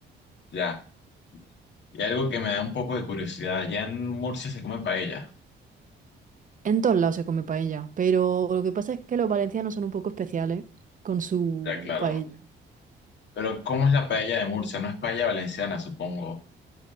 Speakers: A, on the left; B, on the right.
A: Ya. Y algo que me da un poco de curiosidad, allá en Murcia se come paella.
B: en todos lados se come paella. Pero lo que pasa es que los valencianos son un poco especiales con su
A: Ya, claro.
B: paella.
A: Pero ¿cómo es la paella de Murcia? No es paella valenciana, supongo.